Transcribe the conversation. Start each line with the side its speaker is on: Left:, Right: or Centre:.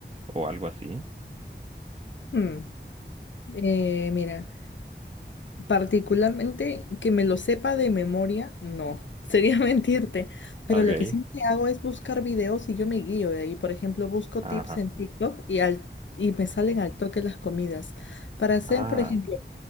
Right: o algo así?
Left: Mm. Eh, mira, particularmente que me lo sepa de memoria, no, <laughs> sería mentirte, pero
Right: Ok.
Left: lo que sí hago es buscar videos y yo me guío de ahí. Por ejemplo, busco
Right: Ajá.
Left: tips en TikTok y, al, y me salen al toque las comidas. Para hacer,
Right: Ah,
Left: por ejemplo,